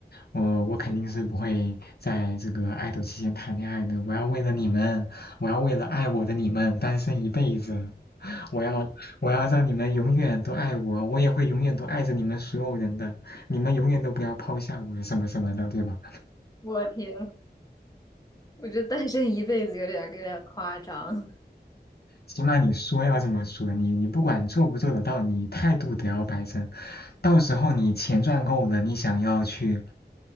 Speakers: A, on the left; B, on the left.
A: 我我肯定是不会在这个爱豆期间谈恋爱的，我要为了你们，我要为了爱我的你们单身一辈子，我要我要让你们永远都爱我，我也会永远都爱着你们所有人的，你们永远都不要抛下我什么什么的，对吧？
B: 我天，我觉得单身一辈子有点有点夸张，
A: 起码你说要这么说，你你不管做不做得到，你态度得要摆正。到时候你钱赚够了，你想要去